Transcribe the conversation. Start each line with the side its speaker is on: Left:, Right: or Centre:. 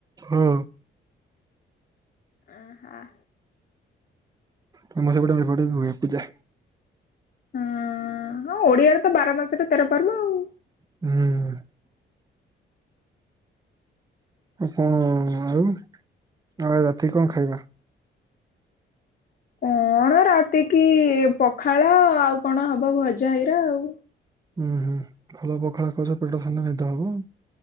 Right: ହଁ।
Left: ଆଁ ହାଁ।
Right: ତମ ସେପଟେ <unintelligible> ବି ହୁଏ ପୂଜା।
Left: ହଁ-ଅ-ଅ-ଅ ଓଡିଆରେ ତ ବାର ମାସରେ ତେର ପର୍ବ ଆଉ।
Right: ହୁଁ। କଣ ଆଉ, ଆଉ ରାତି କି କଣ ଖାଇବା?
Left: କଣ ରାତି କି ପଖାଳ ଆଉ କଣ ହବ ଭଜା ହେଇରା ଆଉ।
Right: ହୁଁ ହୁଁ ଭଲ ପଖାଳ ଖାଉଛ ପେଟ ଥଣ୍ଡା ନିଦ ହବ ଆଉ।